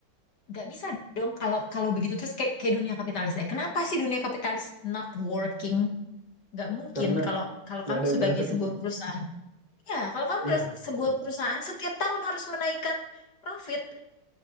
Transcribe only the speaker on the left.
Gak bisa dong kalau kalau begitu terus kayak kayak dunia kapitalis ya. Kenapa sih dunia kapitalis not working? Gak mungkin
kalau kalau
kamu
sebagai
sebuah
perusahaan Ya, kalau kamu
beras- sebuah
perusahaan setiap tahun harus menaikkan profit,